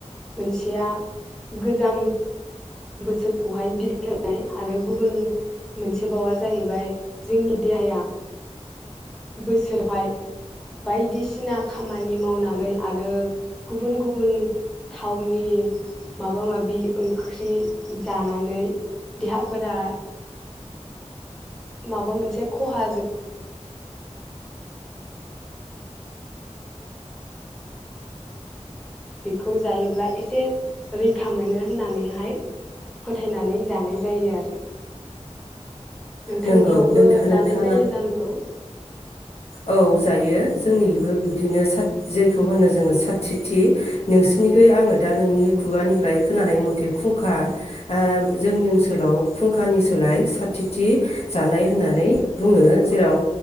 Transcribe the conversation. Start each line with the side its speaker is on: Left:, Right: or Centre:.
Centre: मोनसे। खया गोजाम बोसोरखौहाय बिदाय होनाय आरो गुबुन मोनसे बावा जाहैबाय जोंनि देहाया बोसोरावहाय बायदिसिना खामानि मावनानै आरो गुबुन गुबुन थावनि माबा माबि ओंख्रि जानानै देहाफोरा माबा मोनसे खहा खौ जायोब्ला एसे रैखा मोनो होननानैहाय फोथायनानै जानाय जायो आरो। नोंथांनियावबो
Left: नंगौ नोंथा नोंथाङा
Centre: जानाय जायो जानांगौ।
Left: औ जायो जोंनिबो बिब्दिनो साथ जायखौ होनो जोङो साथिथि। नोंसिनिखै‌ आङो
Centre: ओं
Left: दा नोंनि खुगानिफ्राय खोनानाय मथे खुंखा जोंनि ओनसोलाव खुंखानि सोलाय साथिथि जानाय होननानै। बुङो जेराव
Centre: औ